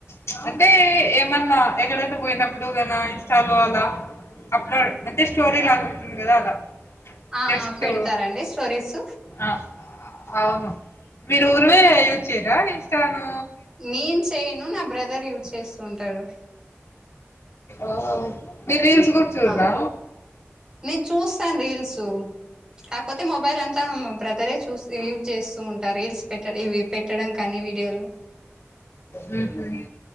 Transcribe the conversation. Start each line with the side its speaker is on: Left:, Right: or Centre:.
Left: చ్ అంటే ఏమన్నా ఎక్కడైనా పోయినప్పుడు గనా ఇన్స్టాలో అలా అప్లోడ్ అంటే స్టోరీ లాగుంటంది కదా అలా
Right: ఆ
Left: జస్టు
Right: పెడతారండి స్టోరీస్
Left: ఆ అవును మీరు ఊరివే యూజ్ చేయరా ఇన్ స్టాను
Right: నేను చేయను నా బ్రదర్ యూజ్ చేస్తూ ఉంటాడు
Left: ఓహో మీరు రీల్స్ కూడా చూడరా
Right: ఆ నేను చూస్తాను రీల్స్ కాకపోతే మొబైల్ అంతా మా బ్రదరే చూస్తా యూజ్ చేస్తూ ఉంటా రీల్స్ పెట్ట ఇవి పెట్టడం కానీ వీడియోలు
Left: హుహు.